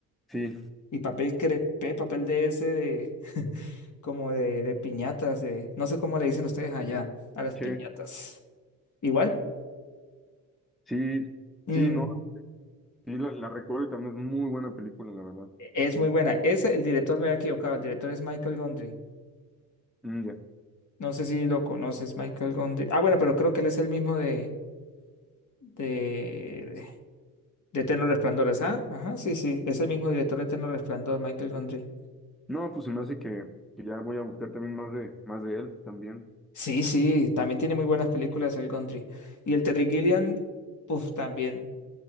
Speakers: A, in the centre; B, on the left (about 55°).
A: sí,
B: Y papel crepé, papel de ese, de, <laughs> como de, de piñatas, de, no sé cómo le dicen ustedes allá a las
A: che,
B: piñatas. Igual,
A: sí,
B: mm,
A: sí, no, sí, la, la recuerdo y también es muy buena película, la verdad.
B: e-, es
A: Mm,
B: muy buena. Ese, el director me había equivocado. El director es Michael Gondry.
A: mm, ya.
B: No sé si lo conoces, Michael Gondry. Ah, bueno, pero creo que él es el mismo de, de, de Eterno Resplandor, ¿ah? Ajá, sí, sí, es el mismo director de Eterno Resplandor, Michael Gondry.
A: No, pues se me hace que, que ya voy a buscar también más de, más de él también.
B: Sí, sí, también tiene muy buenas películas el Gondry. Y el Terry Gilliam, puff, también.